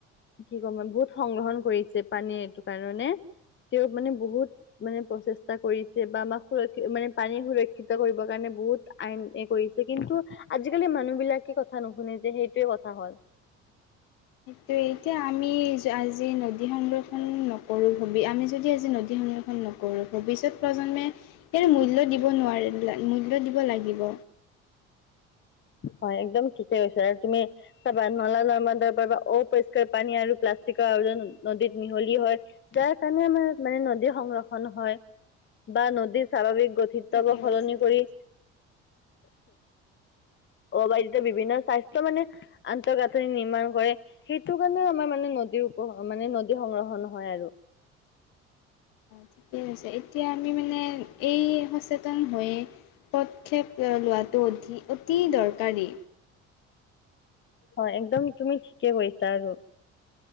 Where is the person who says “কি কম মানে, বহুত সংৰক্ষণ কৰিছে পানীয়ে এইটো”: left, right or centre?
Left